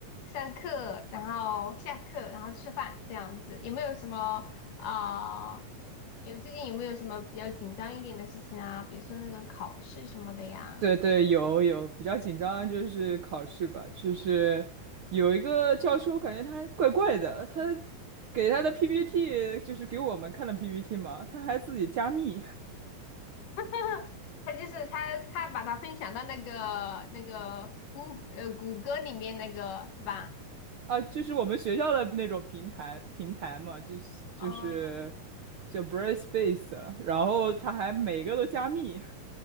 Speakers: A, on the left (about 70°); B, on the right (about 75°).
A: 上课，然后下课，然后吃饭这样子。有没有什么啊、有最近有没有什么比较紧张一点的事情啊？比如说那个考试什么的呀？
B: 对对，有有，比较紧张就是考试吧，就是有一个教授，感觉他怪怪的，他给他的 PPT 就是给我们看的 PPT 嘛，他还自己加密
A: <laughs> 他就是他他把它分享到那个那个谷呃谷歌里面那个是吧？
B: <laughs> 啊，就是我们学校的那种平台平台嘛，就是就是
A: 哦，
B: 叫 Brightspace，然后他还每个都加密。